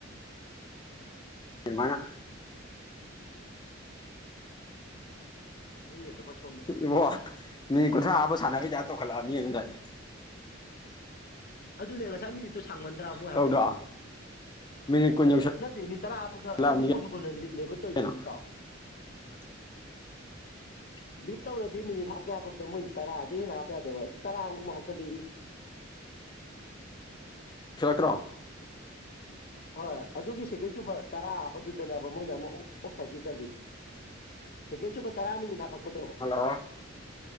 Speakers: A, on the left; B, on the left.
A: <inaudible> ꯃꯥꯏꯅ
B: ꯅꯪ ꯅꯦꯠꯇꯣ ꯈꯔ ꯁꯣꯟ
A: ꯏꯕꯣ ꯃꯤꯅꯤꯠ ꯀꯨꯟꯊ꯭ꯔꯥ ꯍꯥꯞꯄ ꯁꯥꯟꯅꯕꯩ ꯇꯥꯏꯞ ꯇꯧꯈꯠꯂꯛꯑꯕꯅꯤ ꯀꯩꯅꯣ ꯉꯁꯥꯏ
B: ꯑꯗꯨꯅꯦ ꯉꯁꯥꯏ ꯃꯤꯅꯤꯠꯇꯨ ꯁꯥꯡꯃꯟꯗ꯭ꯔꯥ ꯃꯣꯏꯅ
A: ꯇꯧꯗ꯭ꯔꯣ
B: ꯍꯥꯞꯄꯛꯏꯗꯣ
A: ꯃꯤꯅꯤꯠ ꯀꯨꯟ
B: ꯑꯗꯨ ꯅꯠꯇꯦ ꯃꯤꯠ ꯇꯔꯥ ꯍꯥꯞꯄꯒ
A: ꯌꯧꯁꯜꯂꯛꯑꯕꯅꯤ
B: ꯑꯩꯗꯤ ꯄꯣꯗꯨꯒꯣꯜꯅ ꯂꯤꯠꯅꯦꯕ ꯇꯧꯔꯤꯗꯣ
A: ꯀꯩꯅꯣ
B: ꯏꯇꯥꯎ
A: <unintelligible>
B: ꯂꯤꯠ ꯇꯧꯔꯗꯤ ꯃꯤꯅꯤꯠ ꯍꯥꯞꯄꯀꯦ ꯍꯥꯞꯄꯕꯗ ꯃꯣꯏꯅ ꯇꯔꯥꯗ ꯍꯦꯟꯅ ꯍꯥꯞꯄ ꯌꯥꯗꯦꯕ ꯑꯗꯨ ꯇꯔꯥ ꯑꯃꯨꯨꯝ ꯑꯃ ꯍꯥꯞꯀꯠꯂꯛꯏ
A: ꯁꯇ꯭ꯔꯣ <inaudible>
B: ꯍꯣꯏ ꯑꯗꯨꯒꯤ ꯁꯦꯀꯦꯟ ꯁꯨꯕ ꯇꯔꯥ ꯍꯥꯞꯄꯗꯨꯗꯅꯦꯕ ꯃꯣꯏꯅ ꯑꯃꯨꯛ ꯑꯣꯞꯁꯥꯏꯗꯀꯤ ꯆꯜꯂꯤꯗꯣ ꯁꯦꯀꯦꯟ ꯁꯨꯕ ꯇꯔꯥ ꯃꯤꯅꯤꯠ ꯍꯥꯄꯛꯄꯗꯣ
A: ꯍꯜꯂꯣ